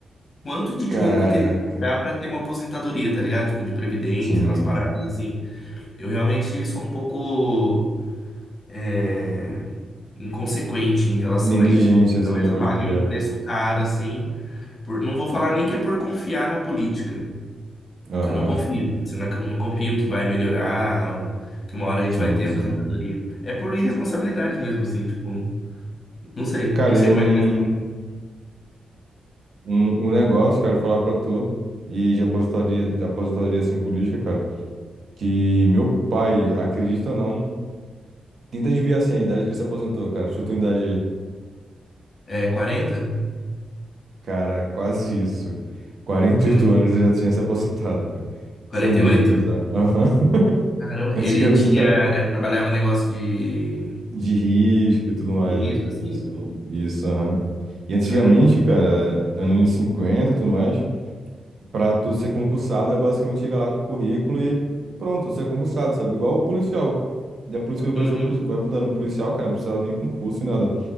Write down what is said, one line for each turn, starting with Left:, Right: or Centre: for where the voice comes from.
Left: quanto de
Right: Caraca.
Left: dinheiro que eu teria que dar para ter uma aposentadoria, tá ligado? Tipo, de previdência,
Right: Sim.
Left: umas paradas assim. Eu realmente sou um pouco é, inconsequente em relação
Right: Negligência,
Left: a isso. Tipo,
Right: assim,
Left: talvez
Right: né?
Left: eu
Right: Pode
Left: pague
Right: crer.
Left: um preço caro, assim, por- não vou falar nem que é por confiar na política,
Right: Aham.
Left: que eu não confio. Tipo assim, Eu não não confio que vai melhorar, ou que uma hora a gente
Right: Sim,
Left: vai ter
Right: sim.
Left: aposentadoria. É por irresponsabilidade mesmo, assim, tipo, não sei,
Right: Cara,
Left: não sei
Right: eu...
Left: como
Right: Um,
Left: é que eles têm.
Right: um, um negócio, cara, falar pra tu e de aposentadoria, de aposentadoria, assim, política, cara. Que meu pai, acredita ou não, tenta adivinhar assim a idade que ele se aposentou, cara. Chuta uma idade aí.
Left: É 40?
Right: Cara, quase isso. quarenta
Left: Hum,
Right: e oito anos ele já tinha se aposentado, cara.
Left: 48?
Right: Isso é muito bizarro. Aham. <laughs>
Left: Caramba,
Right: Antigamente
Left: ele tinha,
Right: era
Left: é, trabalhava em negócio de,
Right: de risco e tudo mais.
Left: de risco, assim?
Right: Isso, isso, aham. E antigamente,
Left: Caramba.
Right: cara, anos 50 e tudo mais, pra tu ser concursado é basicamente chegar lá com o currículo e pronto, você é concursado, sabe? Igual o policial. E a política do Brasil
Left: Uhum.
Right: vai polu- vai mudando. Policial, cara, não precisa nem concurso e nada.